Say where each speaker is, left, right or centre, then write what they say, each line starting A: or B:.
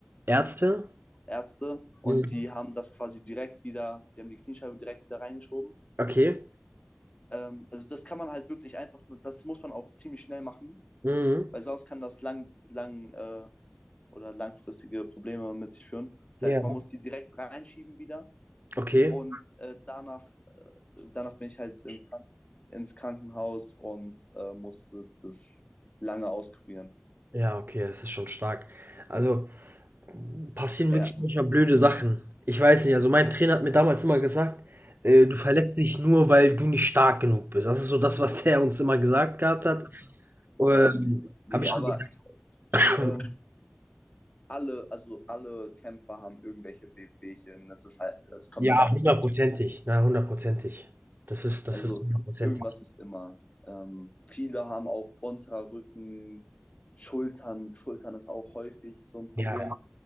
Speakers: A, on the right; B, on the left.
A: Ärzte?
B: Ärzte und
A: Mhm.
B: die haben das quasi direkt wieder, die haben die Kniescheibe direkt wieder reingeschoben.
A: Okay.
B: Ähm, also das kann man halt wirklich einfach, das muss man auch ziemlich schnell machen,
A: Mhm.
B: weil sonst kann das lang, lang äh, oder langfristige Probleme mit sich führen. Das
A: Ja.
B: heißt, man muss die direkt reinschieben wieder
A: Okay.
B: Und äh, danach, danach bin ich halt ins, Kranken- ins Krankenhaus und äh, musste das lange auskurieren.
A: Ja, okay, das ist schon stark. Also, passieren
B: Ja,
A: wirklich manchmal blöde Sachen. Ich weiß nicht, also mein Trainer hat mir damals immer gesagt, äh, du verletzt dich nur, weil du nicht stark genug bist. Das ist so das, was der uns immer gesagt gehabt hat. Ähm,
B: ja. Nee,
A: habe ich
B: aber
A: mir gedacht, hm,
B: ähm, alle, also alle Kämpfer haben irgendwelche Wehwehchen. Das ist halt, das kommt
A: ja,
B: halt einfach
A: hundertprozentig,
B: dazu.
A: na, hundertprozentig. Das ist, das
B: Also
A: ist hundertprozentig.
B: irgendwas ist immer. Ähm, viele haben auch unterer Rücken, Schultern. Schultern ist auch häufig so ein Problem.
A: Ja,